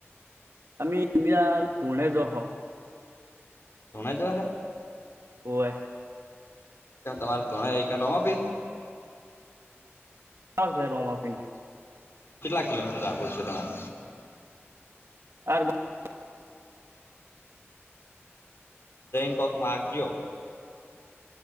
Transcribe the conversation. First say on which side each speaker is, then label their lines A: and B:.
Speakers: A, on the right (about 90°); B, on the left (about 65°).
A: અમે વિયા ધૂણે જ હો.
B: શોણ જવારે
A: હોવે
B: કેમ તમારે તોણે રમાપીર ને
A: હા ભે રોમાપીર નો
B: કેટલા કિલોમીટર હોય છે તમારે
A: આ <inaudible>
B: જઇને કોક માગ જીઓ